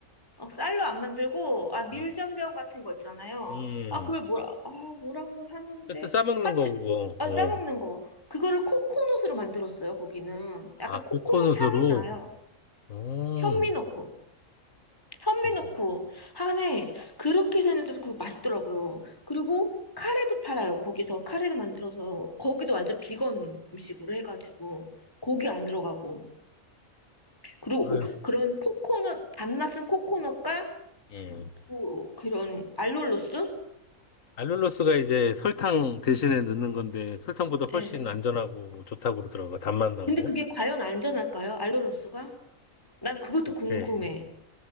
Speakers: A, on the left; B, on the left.
A: 어, 쌀로 안 만들고, 아, 밀전병
B: 음.
A: 같은 거 있잖아요.
B: 음,
A: 아, 그걸 뭐라, 아, 뭐라고 사는데,
B: 그때 싸먹는
A: 하여튼,
B: 거고,
A: 어,
B: 어.
A: 싸먹는 거. 그거를 코코넛으로 만들었어요, 거기는.
B: 아,
A: 약간
B: 코코넛으로?
A: 코코넛 향이 나요.
B: 음,
A: 현미 넣고, 현미
B: 신기하네.
A: 넣고. 하네, 그렇게 해서 했는데도 그거 맛있더라고요. 그리고 카레도 팔아요, 거기서. 카레를 만들어서. 거기도 완전 비건 음식으로 해가지고. 고기 안 들어가고. 그리고
B: 아유,
A: 오- 그런 코코넛, 단맛은 코코넛과
B: 예.
A: 또 그런 알룰로스?
B: 알룰로스가 이제 설탕 대신에 넣는 건데, 설탕보다 훨씬
A: 예.
B: 안전하고, 뭐, 좋다고 그러더라고, 단맛 나고.
A: 근데 그게 과연 안전할까요? 알룰로스가? 난 그것도 궁금해.
B: 네.